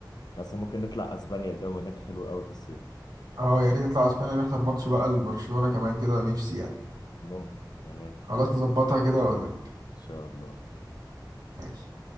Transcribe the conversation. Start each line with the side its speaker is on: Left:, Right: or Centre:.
Left: مثلا ممكن نطلع اسبانيا الجو هناك حلو قوي في الصيف
Right: اه يا ريت اطلع اسبانيا نحضر ماتش بقى لبرشلونة كمان كده نفسي يعني
Left: ممكن تمام
Right: خلاص نظبطها كده واقول لك
Left: إن شاء الله
Right: ماشي